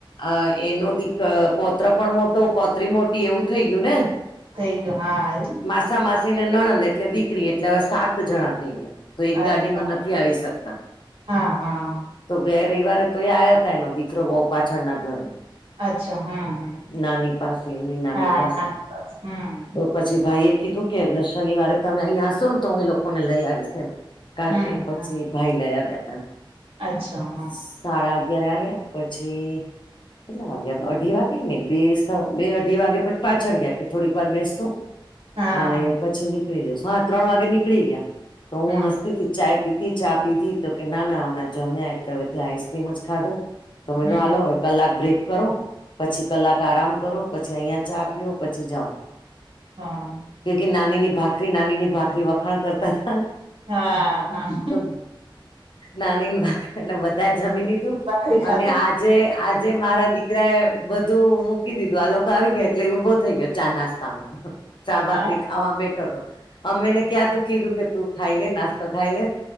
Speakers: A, on the left; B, on the right.
A: આ એનો દીક પોત્ર પણ મોટો પોત્રી મોટી એવું થઈ ગયું ને!
B: થઇ ગયો હા એ.
A: <unintelligible> માસી ને નણંદ એટલે દીકરી એટલે હવે સાત જણા થઈ ગયા. તો એક
B: અચ્છા
A: ગાડીમાં નથી આવી શકતા.
B: હા હા
A: તો ગયે રવિવારે તો એ આયા હતા એનો દીકરો-વહુ પાછળના ઘરે.
B: અચ્છા હમ
A: નાની પાસે એમની નાની
B: હમ હા
A: પાસે.
B: બસ હમ
A: પછી ભાઈ એ કીધું કે શનિવારે તમે અહીંયા હશો ને તો હું એ લોકોને લઈ આવીશ એમ. કારણકે
B: હમ
A: પછી ભાઈ લઈ આવ્યા તા.
B: અચ્છા હા
A: સાડા અગયારે આવ્યા પછી કેટલા વાગ્યા અઢી વાગે ને બે બે અઢી વાગે પછી પાછળ ગયા કે થોડીક વાર બેસું.
B: હા
A: અને પછી નીકળી જશું હા ત્રણ વાગે નીકળી ગયા તો હું
B: હમ
A: હસતીતી ચાય પીધી ચા પીધી તો કે ના ના હમણાં જમ્યા એટલે હવે ત્યા આઈસક્રીમ જ ખાધો. તો મેં
B: હમ
A: કીધું હાલો હવે કલાક બ્રેક. કરો પછી કલાક આરામ કરો, પછી અહિયાં ચા પીઓ, પછી જાઓ.
B: હા
A: કે કે નાનીની ભાખરી નાનીની ભાખરી વખાણ કરતા હતા ને.
B: હા મામ
A: તો નાનીનિ ભાખરી એટલે બધા જમી લીધું
B: ભાખરી ખાધી
A: અને આજ જે આજે મારા
B: હા
A: દીકરાએ બધું મૂકી દીધું આ લોકો આવી ગયા એટલે ઈ ઊભો થઈ ગયો ચા નાસ્તામાં. ચા ભાખરી
B: હા
A: ખાવા બેઠો તો અમે એને ક્યારનું કીધું કે તું ખાઈ લે નાસ્તો ખાઈ લે.